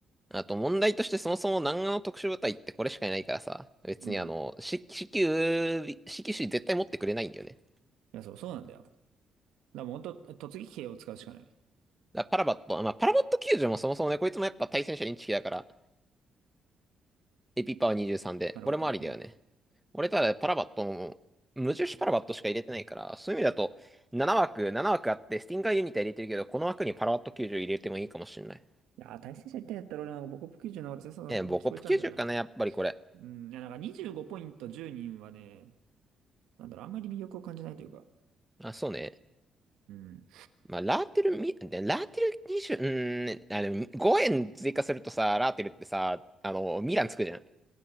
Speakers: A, in the centre; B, on the right.
A: あと問題としてそもそも南岸の特殊部隊ってこれしかいないからさ、別にあの、
B: うん。い
A: C- CQ、c シー絶対持ってくれないんだよね。
B: や、そう、そうなんだよ。だからもっと突撃兵を使うしかない。
A: だからパラバット、まあパラバット救助もそもそもね、こいつもやっぱ対戦車インチキだから、AP パワー23で、
B: なるほどね。
A: これもありだよね。
B: うん。
A: 俺ただパラバットも、無印パラバットしか入れてないから、そういう意味だと、7枠、7枠あって、スティンガーユニタ入れてるけど、この枠にパラバット90入れてもいいかもしれない。
B: いやー、対戦者みたいやったら俺なんか母国球児の方が強さに聞こえちゃうんだよな。
A: え、ボコップ90かな、やっぱりこれ。
B: うん。いや、なんか25ポイント10人はね、なんだろう、あんまり魅力を感じないというか。
A: あ、そうね。
B: うん。
A: まあ、ラーテルみ、でラーテル20、うーん、ねあの、5円追加するとさ、ラーテルってさ、あの、ミランつくじゃん。